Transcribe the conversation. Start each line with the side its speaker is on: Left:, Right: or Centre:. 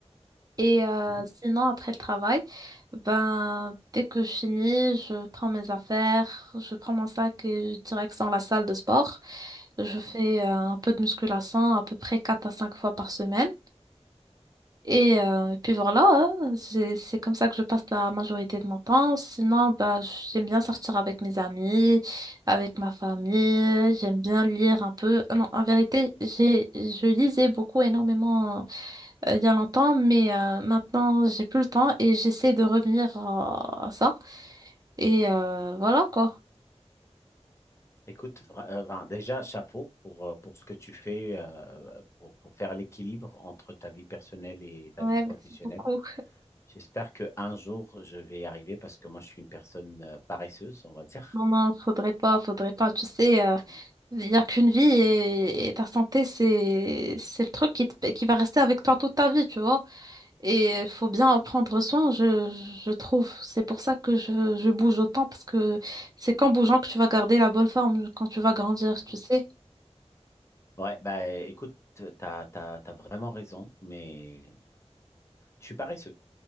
Right: Et euh,
Left: Mhm,
Right: sinon, après le travail, ben, dès que je finis, je prends mes affaires, je prends mon sac et je direction la salle de sport. Je
Left: mhm.
Right: fais euh, un peu de musculation à peu près 4 à 5 fois par semaine. Et, euh, et puis voilà, hein, c'est c'est comme ça que je passe la majorité de mon temps. Sinon, bah, j'aime bien sortir avec mes amis, avec ma famille. J'aime bien lire un peu. Euh, Non, en vérité, j'ai je lisais beaucoup énormément euh, il y a longtemps, mais euh, maintenant j'ai plus le temps et j'essaie de revenir à, à ça. Et euh, voilà quoi.
Left: Écoute, vra- euh, ben, déjà, chapeau pour, euh, pour ce que tu fais euh, pour, pour faire l'équilibre entre ta vie personnelle et ta
Right: Ouais,
Left: vie professionnelle.
Right: merci beaucoup.
Left: J'espère que un jour, je vais y arriver parce que moi, je suis une personne euh, paresseuse, on va dire.
Right: Non, non, faudrait pas, faudrait pas. Tu sais, euh,
Left: Mm.
Right: il n'y a qu'une vie et, et ta santé, c'est, c'est le truc qui, te- qui va rester avec toi toute ta vie, tu vois. Et il faut bien en prendre soin, je, je trouve. C'est pour ça que je, je bouge autant, parce que c'est qu'en bougeant que tu vas garder la bonne forme quand tu vas grandir,
Left: Mhm.
Right: tu sais.
Left: Ouais, bah écoute, t'as, t'as, t'as vraiment raison, mais je suis paresseux.